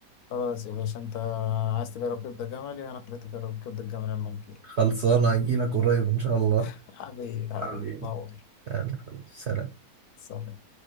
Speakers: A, on the left; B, on the right.
A: خلاص يا باشا أنت عايز تجرب كبدة جملي وأنا خليتك تجرب كبدة جمل لما تجيلي
B: خلصانة أجيلك قريب إن شاء الله
A: <laughs> حبيبي حبيبي
B: حبيبي
A: تنور
B: يعني حبيبي سلام
A: سلام